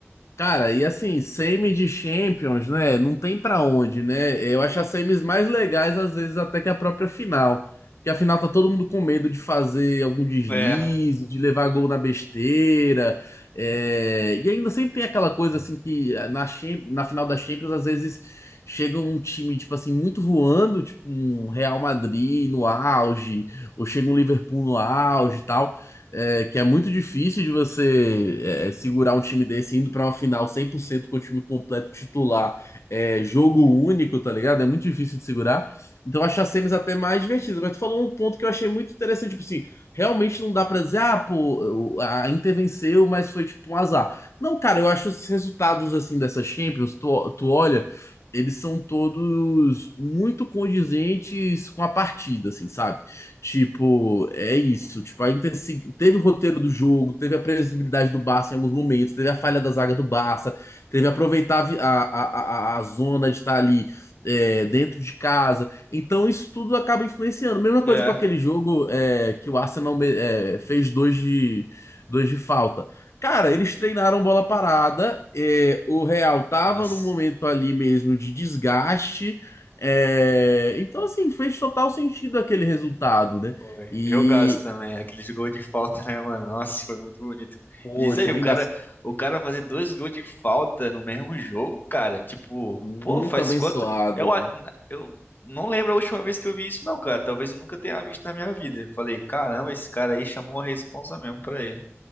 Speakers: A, on the left; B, on the left.
A: Cara, e assim, semi de Champions, né? Não tem pra onde, né? Eu acho as semis mais legais, às vezes, até que a própria final. Porque a final tá todo mundo com medo de fazer algum deslize,
B: É,
A: de levar gol na besteira. é, E ainda sempre tem aquela coisa, assim, que eh, na, Cham- na final da Champions, às vezes, chega um time, tipo assim, muito voando, tipo um Real Madrid no auge, ou chega um Liverpool no auge e tal é, que é muito difícil de você é, é, segurar um time desse indo pra uma final 100% com o time completo titular, é, jogo único, tá ligado? É muito difícil de segurar. Então eu acho as semis até mais divertidas. Mas tu falou um ponto que eu achei muito interessante, tipo assim, realmente não dá pra dizer, ah, pô, a Inter venceu, mas foi tipo um azar. Não, cara, eu acho os resultados assim dessas Champions, tu, tu olha, eles são todos muito condizentes com a partida, assim, sabe? Tipo, é isso. Tipo, ainda se- teve o roteiro do jogo, teve a previsibilidade do Barça em alguns momentos, teve a falha da zaga do Barça, teve aproveitar a, vi- a, a, a- a zona de estar ali é, dentro de casa. Então, isso tudo acaba influenciando. Mesma coisa
B: é.
A: com aquele jogo é, que o Arsenal me- é, fez dois de, dois de falta. Cara, eles treinaram bola parada, é, o Real tava
B: Nossa.
A: num momento ali mesmo de desgaste. É, então, assim, fez total sentido aquele resultado, né?
B: Foi.
A: E,
B: Jogaço também, aqueles gols de falta, né, mano? Nossa, foi muito bonito.
A: poxa,
B: E Diz aí, o
A: linda,
B: cara, o cara fazer dois gols de falta no mesmo jogo, cara, tipo,
A: muito
B: pô, faz
A: abençoado,
B: quanto? Eu, a-
A: velho.
B: na- eu não lembro a última vez que eu vi isso, não, cara. Talvez eu nunca tenha visto na minha vida. Eu falei, caramba, esse cara aí chamou a responsa mesmo pra ele.